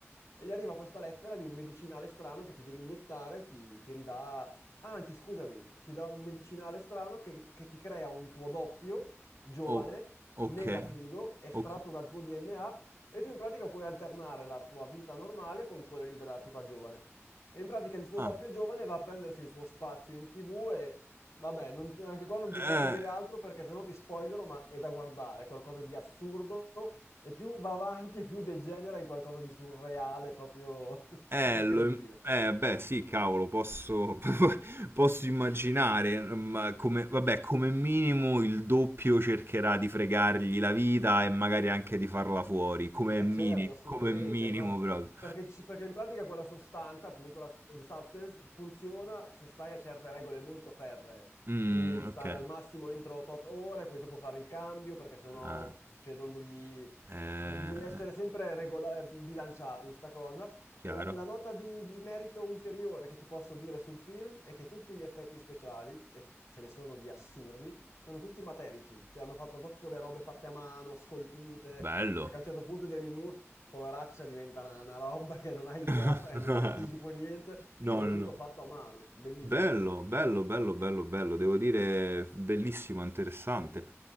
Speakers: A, on the left; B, on the right.
A: e gli arriva questa lettera di un medicinale strano che ti devi iniettare, ti, ti ridà, anzi scusami, ti dà un medicinale strano che, che ti crea un tuo doppio, giovane,
B: Oh, ok,
A: mega figo, estratto
B: ok.
A: dal tuo DNA e tu in pratica puoi alternare la tua vita normale con quella lì della tipa giovane. E in pratica il suo
B: Ah,
A: doppio giovane va a prendersi il suo spazio in TV e vabbè, non ti- anche qua non ti
B: eh,
A: posso dire altro perché sennò ti spoilero, ma è da guardare, è qualcosa di assurdo e più va avanti più degenera in qualcosa di surreale, proprio
B: eh,
A: <laughs> incredibile.
B: lo- eh, beh, sì, cavolo, posso, <laughs> posso immaginare, mm, ma come, vabbè, come minimo il doppio cercherà di fregargli la vita e magari anche di farla fuori, come
A: E
B: minimo,
A: certo, assolutamente,
B: come minimo
A: ma
B: proprio.
A: perché, ci- perché in pratica quella sostanza, appunto la s- the substance, funziona se stai a certe regole molto ferree.
B: Mm,
A: Quindi devi stare
B: ok,
A: al massimo entro tot ore, poi dopo fare il cambio perché sennò
B: ah,
A: succedono degli
B: eh,
A: Bisogna essere sempre regola- eh, bilanciati in sta cosa.
B: chiaro,
A: E la, la nota di, di merito ulteriore che ti posso dire sul film è che tutti gli effetti speciali, e ce ne sono di assurdi, sono tutti materici, cioè hanno fatto proprio le robe fatte a mano, scolpite,
B: bello.
A: perché a un certo punto Demi Moore, poveraccia, diventa una, una roba che non hai idea
B: <laughs>
A: e non
B: No,
A: ti anticipo niente,
B: no,
A: ed è
B: no.
A: tutto fatto a mano, bellissimo,
B: Bello, bello, bello, bello, bello, devo dire bellissimo, interessante.